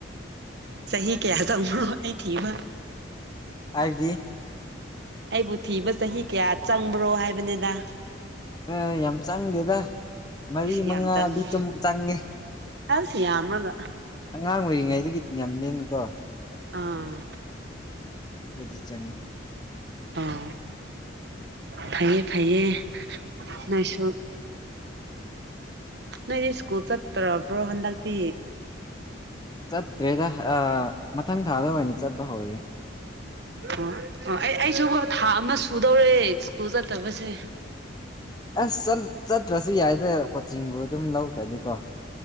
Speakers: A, on the right (about 55°); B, on the left (about 20°).
A: ꯆꯍꯤ ꯀꯌꯥ ꯆꯪꯕ꯭ꯔꯣ ꯑꯩ ꯊꯤꯕ꯫
B: ꯍꯥꯏꯕꯗꯤ?
A: ꯑꯩꯕꯨ ꯊꯤꯕ ꯆꯍꯤ ꯀꯌꯥ ꯆꯪꯕ꯭ꯔꯣ ꯍꯥꯏꯕꯅꯤꯗ꯫
B: ꯑꯥ ꯌꯥꯝ ꯆꯪꯗꯦꯗ ꯃꯔꯤ
A: ꯑꯁ
B: ꯃꯉꯥꯗꯤ
A: ꯌꯥꯝ ꯆꯪꯉꯦ
B: ꯆꯨꯝ ꯆꯪꯉꯦ꯫
A: ꯑꯁ ꯌꯥꯝꯔꯒ꯫
B: ꯑꯉꯥꯡ ꯑꯣꯏꯔꯤꯉꯩꯗꯒꯤ ꯇꯤꯅꯝꯅꯤꯅ ꯀꯣ꯫
A: ꯑꯥ
B: ꯈꯔꯗꯤ ꯆꯪꯉꯤ
A: ꯑꯥ
B: ꯋꯥꯔꯦ꯫
A: ꯐꯩꯌꯦ ꯐꯩꯌꯦ ꯅꯣꯏꯁꯨ꯫ ꯅꯣꯏꯗꯤ ꯏꯁꯀꯨꯜ ꯆꯠꯇ꯭ꯔꯕ꯭ꯔꯣ ꯍꯟꯗꯛꯇꯤ?
B: ꯆꯠꯇ꯭ꯔꯦꯗ ꯃꯊꯪ ꯊꯥꯗ ꯑꯣꯏꯅ ꯆꯠꯄ ꯍꯧꯔꯒꯦ
A: <unintelligible> ꯑꯣ ꯑꯣ ꯑꯩ ꯑꯩꯁꯨ ꯊꯥ ꯑꯃ ꯁꯨꯗꯧꯔꯦ ꯁ꯭ꯀꯨꯜ ꯆꯠꯇꯕꯁꯦ
B: ꯑꯁ ꯆꯠ ꯆꯠꯇ꯭ꯔꯁꯨ ꯌꯥꯏꯗ ꯀꯣꯆꯤꯡꯕꯨ ꯑꯗꯨꯝ ꯂꯧꯈ꯭ꯔꯗꯤꯀꯣ